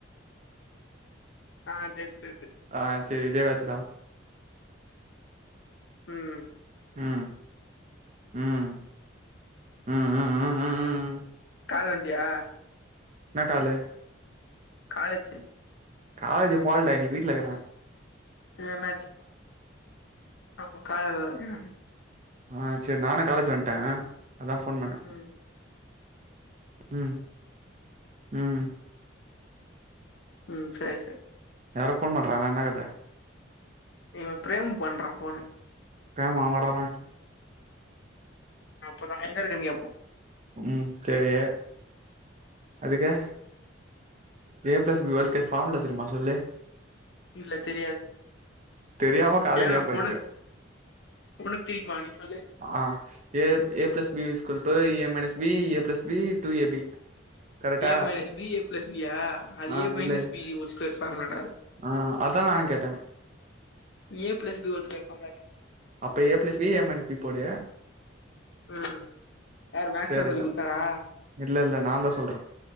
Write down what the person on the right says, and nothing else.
ஆ சேரி இதே வாச்சிதா
ம் ம் ம் ம் ம் ம் ம்
ன்னா காலு
காலேஜி போலடா இன்னிக் வீட்லக்குற
ஆ சேர் நானே காலேஜ் வன்ட்ட அதா ஃபோன் பண்ண
ம் ம்
யாரோ ஃபோன் பண்றாங்க என்னா கத
பிரேம் அவ கடக்குறா
ம் சேரி அதுக்கு A plus B whole square formula தெரிம்மா சொல்லு
தெரியாம காலேஜ்
ஏன் படிக்கிற
ஆ A A plus B யூஸ்கூல்டு A minus B A plus B two A B கரெக்டா
ஆ
இல்ல
ஆ அதா நானு கேட்ட
அப்ப A plus B A minus B போடு
சேரி
வே
இல்லல்ல நாந்தா சொல்ற